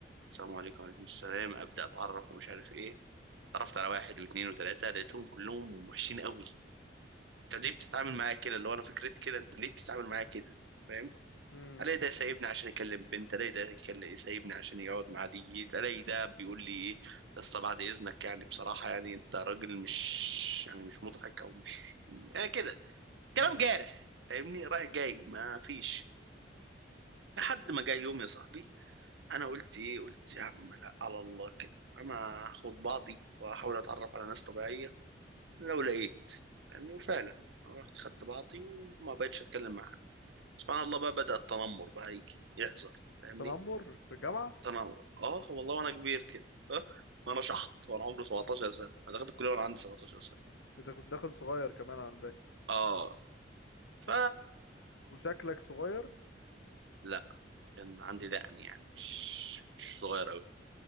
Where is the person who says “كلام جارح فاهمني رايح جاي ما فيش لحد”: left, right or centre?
Right